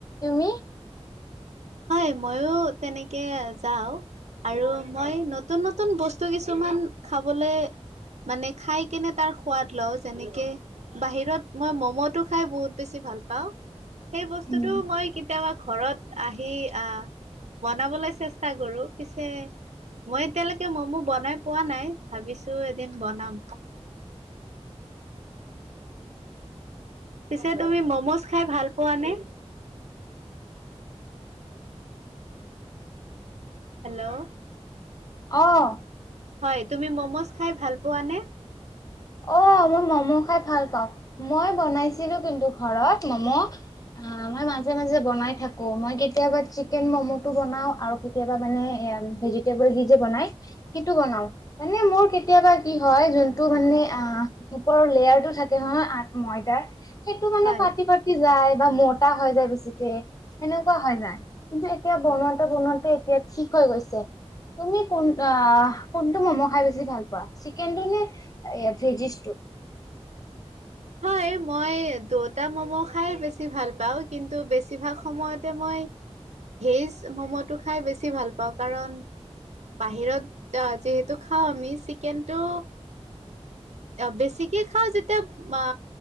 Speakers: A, on the left; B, on the right.
A: তুমি?
B: হয় মইো তেনেকে যাওঁ। আৰু মই নতুন নতুন বস্তু কিছুমান খাবলৈ- মানে খাই কেনে তাৰ সোৱাদ লওঁ যেনেকে বাহিৰত মই ম'ম'টো খাই বহুত বেছি। ভাল পাওঁ সেই বস্তুটো
A: উম।
B: মই কেতিয়াবা ঘৰত আহি আহ বনাবলৈ চেষ্টা কৰো পিছে মই এতিয়ালৈকে ম'ম' বনাই পোৱা নাই ভাবিছো এদিন বনাম। পিছে তুমি ম'ম'জ খাই ভাল পোৱা নে? হেল্ল'
A: আহঁ
B: হয় তুমি মম'জ খাই ভাল পোৱানে?
A: অঁ মই মম' খাই ভাল পাওঁ মই বনাইছিলো কিন্তু ঘৰত মম' অঁ মই মাজে মাজে বনাই থ থাকোঁ মই কেতিয়াবা চিকেন ম'ম'টো বনাওঁ আৰু কেতিয়াবা মানে ভেজিটেবল যি যে বনায়। সেইটো বনাওঁ মানে মোৰ কেতিয়াবা কি হয় যোনটো মানে অঁ ওপৰৰ লেয়াৰ টো থাকে নহ আ ময়দাৰ সেইটো মানে
B: হয়
A: ফাটি ফাটি যায়। বা মতা হৈ যায় বেছিকে সেনেকুৱা হৈ যায় কিন্তু এতিয়া
B: হয়।
A: বনোৱাতে বনোৱাতে এতিয়া ঠিক হৈ গৈছে। তুমি কোন কোনটো মম' খাই বেছি ভাল পোৱা চিকেনটো নে সৃজিষ্ট টো
B: হয় মই দুটা মম' খাই বেছি ভাল পাওঁ কিন্তু বেছিভাগ সময়তে মই ভেজ মম'টো খাই বেছি ভাল পাওঁ কাৰণ বাহিৰত যিহেতু খাওঁ আমি চিকেনটো অঁ বেছিকে খাওঁ যেতিয়া বা